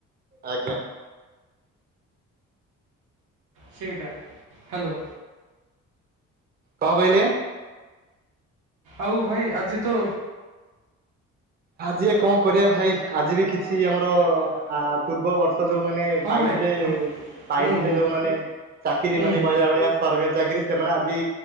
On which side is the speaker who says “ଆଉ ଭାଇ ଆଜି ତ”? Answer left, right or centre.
Right